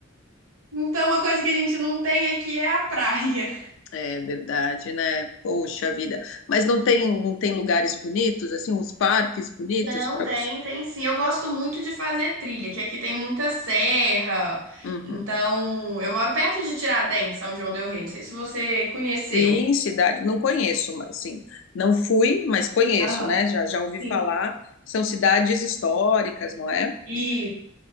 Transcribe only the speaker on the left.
É verdade, né? Poxa vida. Mas não tem, não tem lugares bonitos, assim, uns parques bonitos
para
você?
Uhum.
Sim, cidade, não conheço, mas sim, não fui, mas conheço,
né? Já, já ouvi
falar. São cidades históricas, não é?